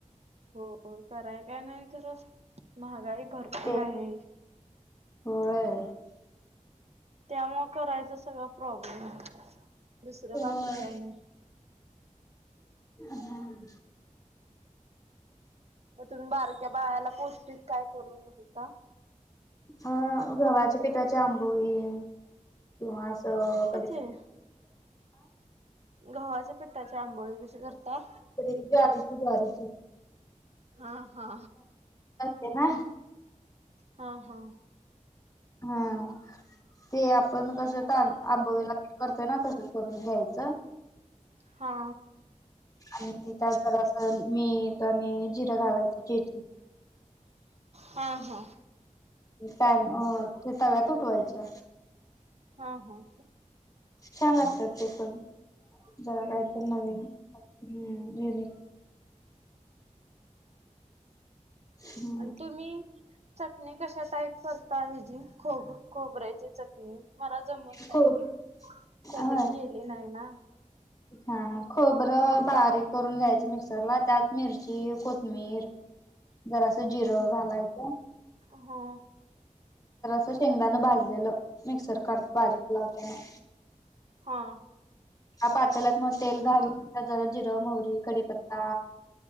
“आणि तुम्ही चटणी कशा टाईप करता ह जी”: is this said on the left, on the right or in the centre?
Right